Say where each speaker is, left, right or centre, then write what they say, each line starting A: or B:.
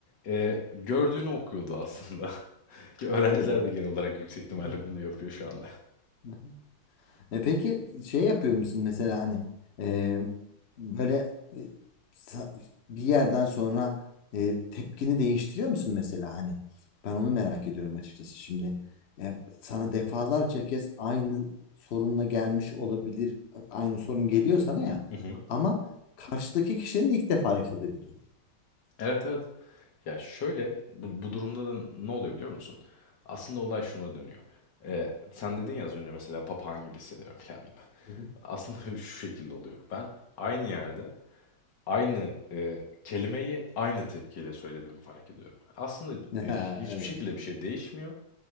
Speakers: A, on the left; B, on the left.
A: e, gördüğünü okuyordu aslında. <laughs> Ki
B: Evet
A: öğrenciler
B: evet.
A: de genel olarak yüksek ihtimalle
B: Hı
A: bunu yapıyor şu anda.
B: hı. E peki şey yapıyor musun mesela hani e, böyle e, sa- bir yerden sonra e, tepkini değiştiriyor musun mesela hani ben onu merak ediyorum açıkçası şimdi E, sana defalarca kez aynı sorunla gelmiş olabilir aynı sorun geliyor sana ya
A: Hı hı.
B: ama karşıdaki kişinin ilk defa yaşadığı bir durum.
A: Evet evet. Ya şöyle bu, bu durumda da ne oluyor biliyor musun? Aslında olay şuna dönüyor. Ee, sen dedin ya az önce mesela papağan gibi hissediyorum kendimi. <laughs>
B: Hı hı.
A: Aslında şu şekilde oluyor. Ben aynı yerde aynı e, kelimeyi aynı tepkiyle söylediğimi fark ediyorum. Aslında
B: <laughs>
A: e,
B: Ha,
A: hiçbir
B: evet.
A: şekilde bir şey değişmiyor.